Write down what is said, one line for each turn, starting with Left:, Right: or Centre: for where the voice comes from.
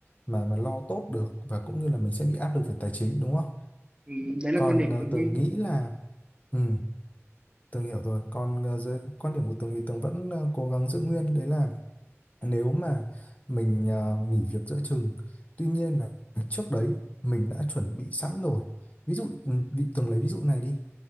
Left: mà mà lo tốt được và cũng như là mình sẽ bị áp lực về tài chính đúng không?
Right: Ừ. đấy là
Left: Còn
Right: quan điểm
Left: ờ,
Right: Tuấn Huy
Left: Tường nghĩ là ừ, Tường hiểu rồi. Còn ờ, dưới quan điểm của Tường thì Tường vẫn ờ, cố gắng giữ nguyên. Đấy là nếu mà mình ờ, nghỉ việc giữa chừng, tuy nhiên là trước đấy mình đã chuẩn bị sẵn rồi. Ví dụ ừ, bị Tường lấy ví dụ này đi